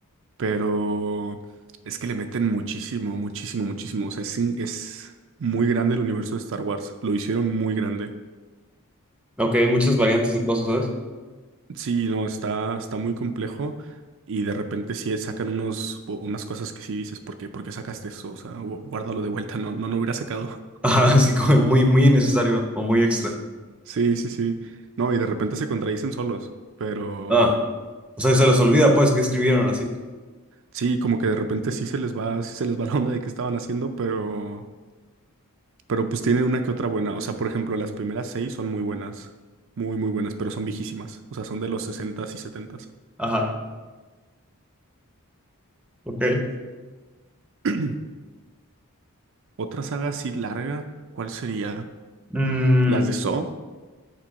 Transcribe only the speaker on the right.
Pero es que le meten muchísimo, muchísimo, muchísimo. O sea, es, in- es muy grande el universo de Star Wars. Lo hicieron muy grande.
Sí, no, está, está muy complejo y de repente sí sacan unos, u- unas cosas que sí dices, ¿por qué, por qué sacaste eso? O sea, gu- guárdalo de vuelta, no, no lo hubiera sacado.
<laughs>
S- Sí, sí, sí. No, y de repente se contradicen solos, pero
sí, como que de repente sí se les va, sí se les va <laughs> la onda de qué estaban haciendo, pero, pero pues tienen una que otra buena. O sea, por ejemplo, las primeras seis son muy buenas, muy, muy buenas, pero son viejísimas. O sea, son de los sesentas y setentas
<clears throat> s Otra saga así larga, ¿cuál sería?
Las de Saw.